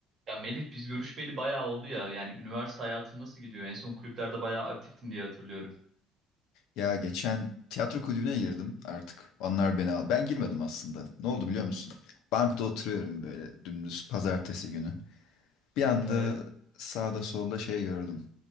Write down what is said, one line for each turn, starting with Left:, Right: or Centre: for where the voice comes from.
Right: Ya Melih biz görüşmeli bayağı oldu ya. Yani üniversite hayatın nasıl gidiyor? En son kulüplerde bayağı aktiftin diye hatırlıyorum.
Left: Ya geçen tiyatro kulübüne girdim artık. Onlar beni al. Ben girmedim aslında. Ne oldu biliyor musun? Bankta oturuyorum böyle dümdüz pazartesi günü. Bir anda
Right: Evet.
Left: sağda solda şey gördüm.